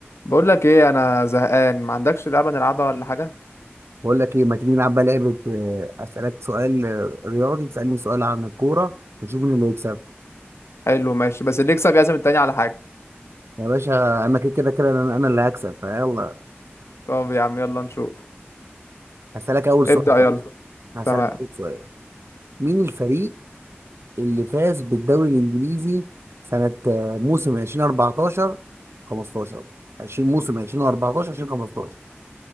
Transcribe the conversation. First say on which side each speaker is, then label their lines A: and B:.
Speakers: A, on the left; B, on the right.
A: بقول لك ايه انا زهقان ما عندكش لعبه نلعبها ولا حاجه
B: بقول لك ايه ما تيجي نلعب بقى لعبه آه، اسالك سؤال آه، رياضي تسالني سؤال عن الكوره ونشوف مين اللي يكسب
A: حلو ماشي بس اللي يكسب يعزم التاني على حاجه
B: يا باشا انا كده كده كده انا أنا اللي هكسب فيلا
A: طب يا عم يلا نشوف
B: هسالك اول
A: ابدأ
B: سؤال
A: يلا
B: هسالك
A: تمام
B: اول سؤال مين الفريق اللي فاز بالدوري الانجليزي سنه آه، موسم 2014 15 20 موسم 2014 2015